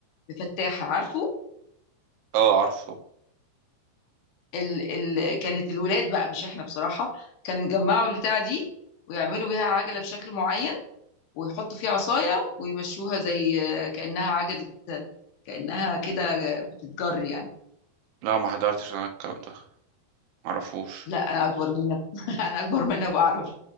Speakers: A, on the left; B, on the right.
A: بفتاحه عارفه
B: اه عارفه طبعا
A: ال... ال... كانت الولاد بقى مش احنا بصراحه كانوا يجمعوا البتاع دي ويعملوا بيها عجله بشكل معين ويحطوا فيها عصاية ويمشوها زي كأنها عجلة كأنها كده بتتجر يعني
B: لا ما حضرتش انا الكلام ده معرفوش
A: لا أنا أكبر منك <laughs> أنا أكبر منك بعرف